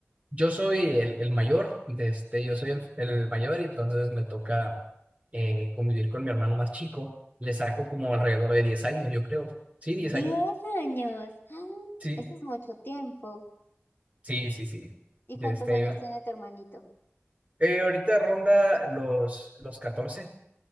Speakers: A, on the right; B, on the left.
A: Yo soy el, el mayor, de este, yo soy el, el mayor y entonces me toca eh, convivir con mi hermano más chico. Le saco como alrededor de 10 años, yo creo. Sí, 10
B: ¡Diez
A: años.
B: años! ¡Ah!
A: Sí,
B: Eso es mucho tiempo.
A: sí, sí, sí.
B: ¿Y
A: De
B: cuántos
A: Este,
B: años
A: ahora-
B: tiene tu hermanito?
A: eh, ahorita ronda los, los catorce